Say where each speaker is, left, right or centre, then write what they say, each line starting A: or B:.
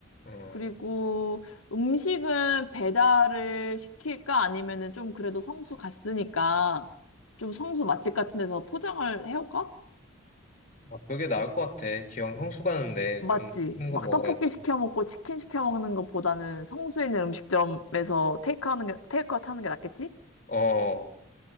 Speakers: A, on the left; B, on the left.
A: 음
B: 그리고 음식은 배달을 시킬까 아니면은 좀 그래도 성수 갔으니까 좀 성수 맛집 같은 데서 포장을 해올까?
A: 어, 그게 나을 것 같아. 기왕 성수 가는데
B: 맞지.
A: 좀 큰
B: 막
A: 거 먹어야지.
B: 떡볶이 시켜 먹고 치킨 시켜 먹는 것보다는 성수에 있는 음식점에서 테이크 하는 게, 테이크아웃 하는 게 낫겠지?
A: 어.